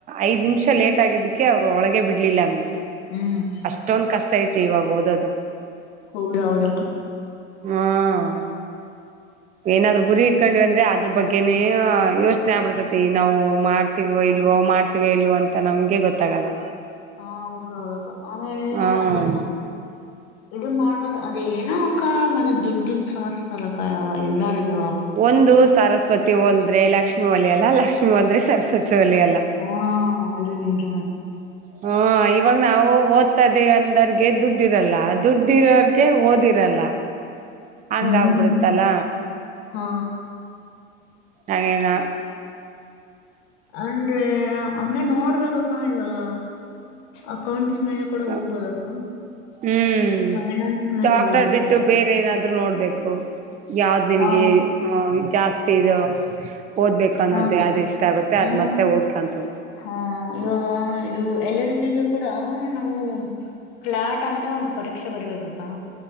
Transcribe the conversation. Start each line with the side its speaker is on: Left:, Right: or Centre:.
Right: ಐದ್ ನಿಮಿಷ ಲೇಟ್ ಟಾಗಿದ್ದಕ್ಕೆ ಅವ್ರು ಒಳಗೆ ಬಿಡ್ಲಿಲ್ಲ ಅಮ್ಮಿ.
Left: ಹ್ಮ್.
Right: ಅಷ್ಟೊಂದ್ ಕಷ್ಟ ಐತಿ ಇವಾಗ ಓದೋದು.
Left: ಹೌದು ಹೌದಕ್ಕ.
Right: ಹ್ಮ್. ಏನಾದ್ರೂ ಗುರಿ ಇಟ್ಕೊಂಡಿವಿ ಅಂದ್ರೆ ಅದ್ರ ಬಗ್ಗೆನೆ ಯೋಚನೆ ಆಗ್ಬಿಡ್ತೈತೆ. ತಿ ನಾವು ಮಾಡ್ತೀವೋ ಇಲ್ವೋ
Left: ಹಾ
Right: ಮಾಡ್ತೀವೋ ಇಲ್ವೋ ಅಂತ ನಮ್ಗೆ ಗೊತ್ತಾಗಲ್ಲ.
Left: ಹಾ ಹೌದ್ ಹೌದಕ್ಕ ಆಮೇಲೆ
Right: ಹ್ಮ್
Left: ಅದನ್ನ ಇದು ಮಾಡೋದು ಅದ ಏನೋ ಅಕ್ಕ ಮತ್ತೆ ದುಡ್ಡಿನ್ ಸಮಸ್ಯೆ ಅಲ್ಲಕ ಯಾವ ಎಲ್ಲರಿಗ
Right: ಒಂದು ಸರಸ್ವತಿ ಒಲ್ದ್ರೆ ಲಕ್ಷ್ಮಿ ಒಲಿಯಲ್ಲ ಲಕ್ಷ್ಮೀ ಒಲ್ದ್ರೆ ಸರಸ್ವತಿ ಒಲಿಯಲ್ಲ.
Left: ಹಾ ಅದು ನಿಜ.
Right: ಹೂ ಇವಾಗ ನಾವು ಓದ್ತಾ ಇದ್ದೀವಿ ಅಂದೋರ್ಗೆ ದುಡ್ಡಿರಲ್ಲ ದುಡ್ ಇರೋರ್ಗೆ ಓದಿರಲ್ಲ. ಹಂಗ್
Left: ಹ್ಮ್
Right: ಆಗ್ಬಿಡತ್ತಲ್ಲ.
Left: ಹಾ.
Right: ಆಗೇನಾ
Left: ಅಂದ್ರೆ ಹಂಗೆ ನೋಡ್ಬೇಕಕ್ಕ ಇವಾಗ ಅಕೌಂಟ್ಸ್ ಮೇಲೆ ಕೂಡ
Right: ಹ
Left: ಹೋಗ್ಬೋದಕ್ಕ
Right: ಹ್ಮ್
Left: ಫೈನಾನ್ಸ್ ಮೇಲೆ
Right: ಡಾಕ್ಟರ್
Left: ಹೋಗ್ಬೋದಕ್ಕ.
Right: ಬಿಟ್ಟು ಬೇರೆ ಏನಾದ್ರು ನೋಡ್ಬೇಕು ಯಾವ್ದ್ ನಿನಗೆ
Left: ಹಾ
Right: ಜಾಸ್ತಿ ಇದು ಓದ್ಬೇಕು ಅನ್ನೋದು
Left: ಹಾಕ್ಕ
Right: ಯಾವ್ದ್ ಇಷ್ಟ ಆಗುತ್ತೆ
Left: ಹಾ
Right: ಅದ್ ಮತ್ತೆ ಓದ್ಕಂತ ಹೋಗು.
Left: ಹಾ ಇವಾಗ ಇದು ಎಲ್ ಎಲ್ ಬಿ ಗೆ ಕೂಡ ನಾವು ಕ್ಲಾಟ್ ಅಂತ ಒಂದು ಪರೀಕ್ಷೆ ಬರಬೇಕಕ್ಕಾ